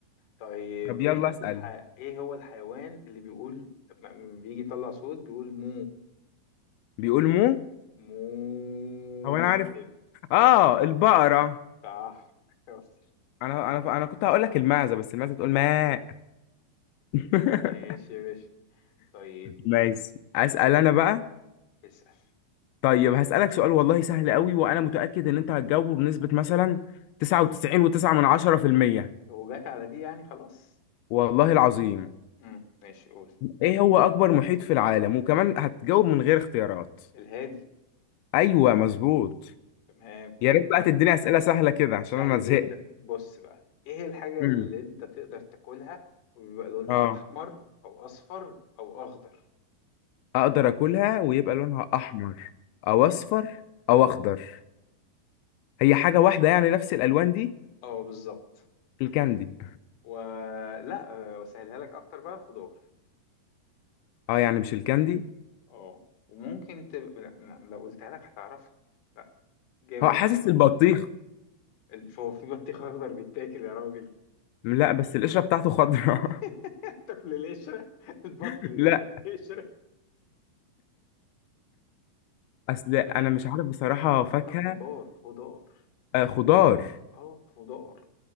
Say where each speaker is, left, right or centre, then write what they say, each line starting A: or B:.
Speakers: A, on the left (about 65°); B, on the left (about 90°).
A: طيب
B: طب
A: ايه
B: يلا اسأل
A: الح... ايه هو الحيوان اللي بيقول لما بيجي يطلع صوت بيقول مو
B: بيقول مو
A: مو
B: هو انا عارف
A: كده
B: اه البقرة
A: صح <laughs> شاطر.
B: انا انا انا كنت هقول لك المعزة بس المعزة تقول ماء <laughs>
A: ماشي يا باشا طيب
B: ماشي اسأل انا بقى
A: اسأل
B: طيب هسألك سؤال والله سهل قوي وانا متأكد ان انت هتجاوبه بنسبة مثلا 99.9 من 10%
A: وجات على دي يعني خلاص
B: والله العظيم
A: امم ماشي قول
B: ايه هو اكبر محيط في العالم وكمان هتجاوب من غير اختيارات
A: الهادي
B: ايوه مظبوط
A: تمام
B: يا ريت بقى
A: طيب
B: تديني اسئله سهله كده عشان
A: سهل
B: انا زهقت
A: جدا بص بقى ايه الحاجة
B: امم
A: اللي انت تقدر تاكلها وبيبقى لونها
B: اه
A: احمر او اصفر او اخضر
B: اقدر اكلها ويبقى لونها احمر او اصفر او اخضر هي حاجه واحده يعني نفس الالوان دي
A: اه بالظبط
B: الكاندي
A: ولا وسهلها لك اكتر بقى خضار
B: اه يعني مش الكاندي
A: اه وممكن تبقى لا، لو قلتها لك هتعرفها لا جاوب
B: هو حاسس
A: انت بقى
B: البطيخ
A: الف- هو في بطيخ اخضر بيتاكل يا راجل
B: لا بس القشره بتاعته خضراء
A: <laughs> تاكل القشره البط
B: <laughs>
A: اللي
B: لا
A: بياكل القشره
B: اصل انا
A: لا
B: مش عارف بصراحه
A: ما بقول
B: فاكهه
A: لك خضار خضار
B: آه خضار
A: اه خضار